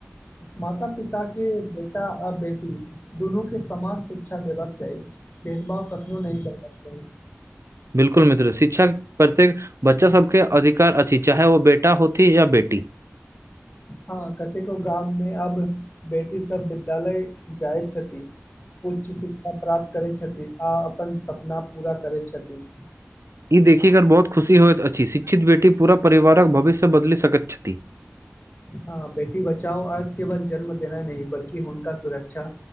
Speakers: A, on the left (about 40°); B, on the right (about 80°).
A: माता पिता के बेटा आ बेटी दुनू के समान शिक्षा देबाक चाही भेदभाव कखनो नहि करता सही
B: बिलकुल मित्र शिक्षक प्रत्यक बच्चा सबके अधिकार अछि चाहे ओ बेटा होती या बेटी
A: हँ कतेको गाममे अब बेटी सब विद्यालय जाइ छथि उच्च शिक्षा प्राप्त करै छथि आ अपन सपना पूरा करै छथिन
B: ई देखिकर बहुत खुशी होइत अछि शिक्षित बेटी पूरा परिवारक भविष्य बदलि सकैत छथि
A: ह बेटी बचाओ अर्थ केवल जन्म देना नहि बल्कि हुनका सुरक्षा